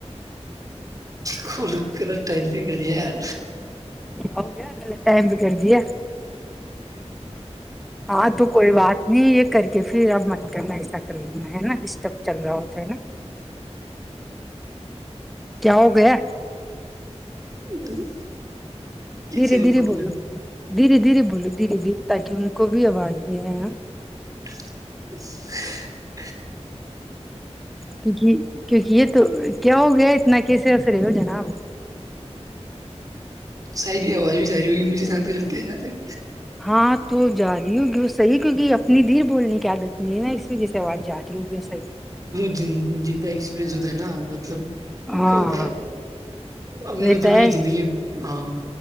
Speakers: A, on the right (about 30°); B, in the centre.
A: ک کر ٹائم بھی کرڑ دیا ہے یار
B: گ ٹم کر دیا ہاں تو کوئی بات نہیں ایک کر کے پھر اب مٹر میں ایسا کر لین ہےا ڈ جب چل رہا ہو اے ہے نا کیا ہو گیا
A: ہوں کیسے
B: دھیرے
A: بتاؤں
B: دھیرے بولو
A: میں
B: دھیرے دھیرے بولو دھیرے دھیرے تاکہ ان کو بھی آواز میںے آ
A: ج ہ
B: کیکہ کیونکہ یہ تو کیا ہو گیا اتنا کیسے اسر ہو جاناپ ہ
A: شاید یہ آواز بھی ج رہاری ہوگی مجھے شانت لگتا ہے جہاں تک
B: ہاں تو جا رہی ہوگی وہ صحیح کیک اپنی دیر بولنے کی عادت نہیں ہے نا اس وجہ سے آواز جا رہی ہوگی وہ صحیح
A: جہ ایکسپرینس ہوتا ہے نا مطلب وہ
B: ہاں
A: کہت ہے اب میں
B: رہتا
A: تو میری
B: ہے
A: زندگی ہاں